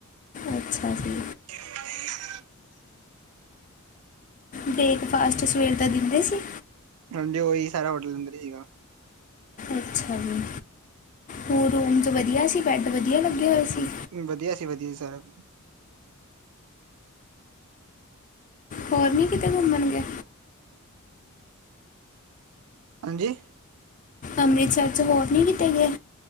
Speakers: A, on the left; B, on the right.
A: ਅੱਛਾ ਜੀ
B: <inaudible>
A: ਬ੍ਰੇਕਫਾਸਟ ਸਵੇਰ ਦਾ ਦਿੰਦੇ ਸੀ।
B: ਹਾਂਡੀ ਉਹੀ ਸਾਰਾ ਹੋਟਲ ਅੰਦਰ ਹੀ ਸੀਗਾ
A: ਅੱਛਾ ਜੀ ਹੋਰ ਰੂਮ 'ਚ' ਵਧੀਆ ਸੀ। ਬੈਡ ਵਧੀਆ ਲੱਗੇ ਹੋਏ ਸੀ।
B: ਵਧੀਆ ਸੀ-ਵਧੀਆ ਸੀ ਸਾਰਾ
A: ਹੋਰ ਨੀ ਕਿਤੇ ਘੁੰਮਣ ਗਏ
B: ਹਾਂਜੀ
A: ਅੰਮ੍ਰਿਤਸਰ 'ਚ ਵੋਰ ਨਹੀਂ ਕੀਤੇ ਗਏ